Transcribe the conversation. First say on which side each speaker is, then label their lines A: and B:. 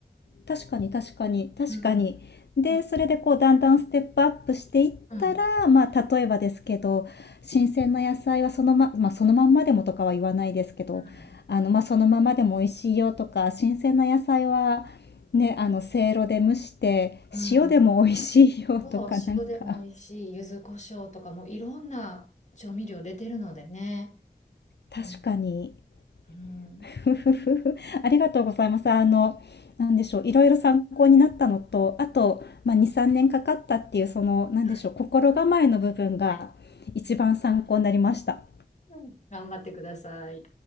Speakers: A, on the left; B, on the left.
A: 確かに確かに確かに。
B: うん。
A: で、
B: うん。
A: それでこうだんだんステップアップしていったら、
B: うん
A: まあ例えばですけど、新鮮な野菜はそのま、まあそのまんまでもとかは言わないですけど、
B: うん。
A: あのまあそのままでも美味しいよとか、新鮮な野菜はね、あのせいろで蒸して塩でも美味しいよとかなんか、
B: うん。そう、塩でも美味しい、柚子胡椒とかもいろんな調味料出てるのでね。
A: 確かに
B: うん。うん。
A: <laughs> ふふふふ。ありがとうございます。あの、なんでしょう、いろいろ参考になったのと、あと、まあ、2、3年かかったっていう、その、なんでしょう、
B: はい。
A: 心構えの部分が一番参考になりました。
B: はい。うん頑張ってください。